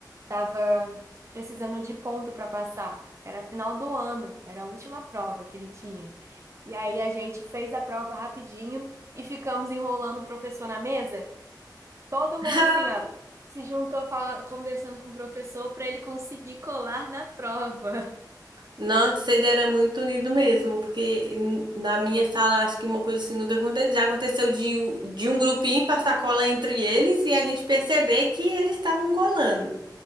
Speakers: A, on the right; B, on the right.
A: tava precisando de ponto para passar. Era final do ano, era a última prova que ele tinha. E aí a gente fez a prova rapidinho e ficamos enrolando o professor na mesa. Todo
B: <laughs>
A: mundo assim, ó, se juntou fala- conversando com o professor para ele conseguir colar na prova.
B: Nossa, vocês eram muito unidos mesmo, porque n- na minha sala acho que uma coisa assim nunca aconteceu. Já aconteceu de, de um grupinho passar cola entre eles e a gente perceber que eles estavam colando.